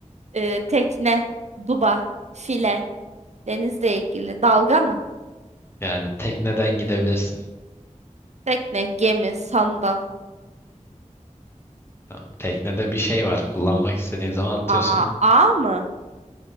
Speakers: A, on the right (about 60°); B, on the left (about 20°).
A: Ee, tekne. Duba. File. Denizle ilgili. Dalga mı?
B: Yani tekneden gidebilirsin.
A: Tekne, gemi, sandal.
B: Tamam. Teknede bir şey var. Kullanmak istediğin zaman atıyorsun.
A: Aa, ağ mı?